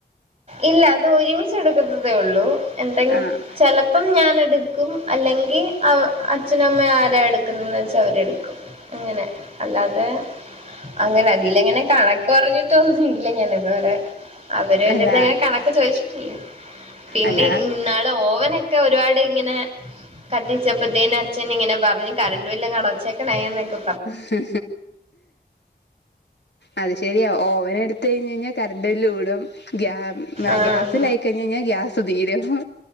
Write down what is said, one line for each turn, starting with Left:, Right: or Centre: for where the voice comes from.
Right: ഇല്ല അത് ഒര്മിച്ച് എട്ക്കത്തതെ ഒള്ളൂ എന്തെ
Left: ആഹ്
Right: ചെല പ്പം ഞാനെട്ക്കും അല്ലെങ്കി അവ് അച്ഛനും അമ്മേ ആരാ എട് ക്ക്ന്നത്‌ വെച്ച അവരെട്ക്കും അങ്ങെനെ അല്ലാതെ, അങ്ങനെ അതിലങ്ങനെ കണക്ക് പറഞ്ഞിട്ടൊന്നു - ല്ല ഞാൻ ഇതുവരെ, അവര്-
Left: അല്ല
Right: അങ്ങനെ കണക്ക് ചോദിച്ചിട്ടില്ല. പിന്നെ
Left: അല്ല
Right: ന്നാള് ഓവനൊക്കെ ഒരുപാട് ഇങ്ങനെ- കത്തിച്ചപ്പേത്തിന് അച്ഛൻ ഇങ്ങനെ പറഞ്ഞ് കരണ്ട് ബില്ല് അങ്ങ് അടച്ചേക്കണേ ന്നൊക്കെ
Left: ഉ. അത് ശരിയാ. ഓവൻ എടുത്ത് കഴിഞ്ഞ് കഴിഞ്ഞാൽ കറണ്ട് ബില്ല് കൂടും ഗ്യ
Right: ആഹ്
Left: ഗ്യാസിലായി കഴിഞ്ഞ് കഴിഞ്ഞാൽ ഗ്യാസ് തീരും.